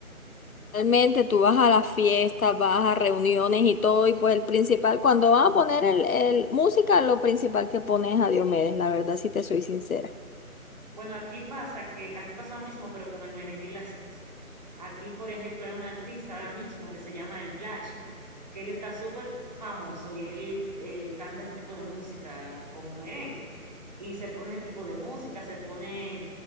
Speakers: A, on the left; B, on the right.
A: Realmente tú vas a las fiestas, vas a reuniones y todo, y pues el principal, cuando van a poner el, el música, lo principal que pones es a Diomedes, la verdad, si te soy sincera.
B: Bueno, aquí pasa que, aquí pasa lo mismo, pero con el merengue y la salsa. Aquí, por ejemplo, hay un artista ahora mismo que se llama El Blachi, que él está súper famoso y él eh, canta ese tipo de música como merengue. Y se pone ese tipo de música, se pone